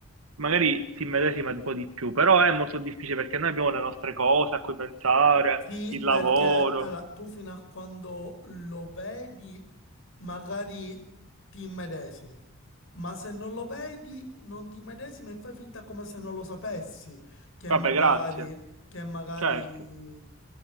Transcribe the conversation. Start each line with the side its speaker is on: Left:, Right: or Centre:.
Right: magari si immedesima un po' di più, però è molto difficile perché noi abbiamo le nostre cose a cui pensare,
Left: Sì,
Right: il
Left: perché
Right: lavoro.
Left: allora, tu fino a quando lo vedi, magari ti immedesimi, ma se non lo vedi, non ti immedesimi e fai finta come se non lo sapessi, che
Right: Vabbè,
Left: magari,
Right: grazie.
Left: che magari
Right: Certo,
Left: eh,